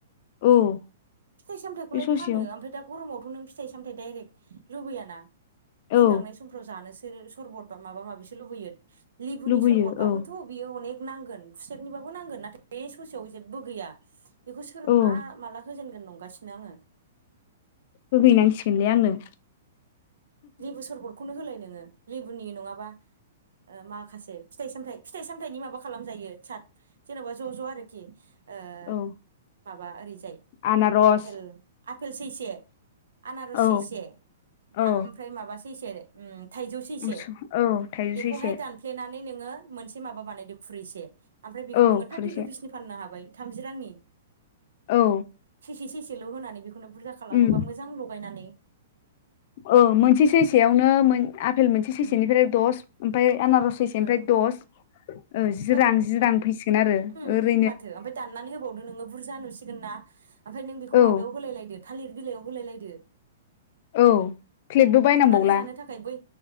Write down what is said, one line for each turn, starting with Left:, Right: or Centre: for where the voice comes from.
Left: औ
Right: फिथाय सामथायखौलाय
Left: बे ससेयाव
Right: फानो ओमफ्राय दा गरमाव नों फिथाइ सामथाइ दडाइरेक्ट लुबैयाना दै
Left: औ
Right: गांनाय समफ्राव जानोसो सरबत बा माबा माबिसो लुबैयो लेबुनि
Left: लुबैयो
Right: सरबतबाबोथ'
Left: औ
Right: बियो अनेक नांगोन खुसेरनिबाबो नांगोन नाथाय बे ससेयाव जेबो गैया बेखौ सोर
Left: औ
Right: मा माला होजेन गोन नंगासिनो आङो
Left: होहैनांसिगोनलै आंनो
Right: लेबु सरबतखौनो होलाय नोङो लेबुनि नङाबा ओ माखासे फिथाइ सामथाय फिथाइ सामथायाइनि माबा खालामजायो साद जेन'बा ज' ज' आरोखि ओ
Left: औ
Right: माबा ओरैजाय
Left: आनारस
Right: आपेल आपेल सैसे आनारस
Left: औ
Right: सैसे
Left: औ
Right: ओमफ्राय माबा सैसे उम थाइजौ सैसे
Left: मुसु औ थाइजौ
Right: बेखौहाय
Left: सैसे
Right: दानफ्लेनानै नोङो मोन से माबा बानायदो खुरैसे ओमफ्राय बेखौ
Left: औ
Right: नोङो थार्टि
Left: खुरैसे
Right: रुपिसनि फाननो हाबाय थामजि रांनि
Left: औ
Right: सैसे सैसेल' होनानै बेखौनो बुरजा खालामोबा
Left: उम
Right: मोजां लगायनानै
Left: औ मोनसे सैसेयावनो आफपेल मोनसे सैसेनिफ्राय
Right: उम
Left: दस ओमफ्राय आनारस सैसे
Right: औ
Left: ओमफ्राय दस ओ जि
Right: औ
Left: रां जि रां फैसिगोन आरो
Right: उम
Left: ओरै
Right: माथो ओमफ्राय दाननानै होबावदो नोङो बुरजा नुसिगोन ना ओमफ्राय नों बेखौ
Left: औ
Right: माबायाव होलायलायदो थालिर बिलाइयाव होलाय लायदो
Left: औ प्लेटबो बायनांबावला
Right: थुनानै जानो थाखाय बै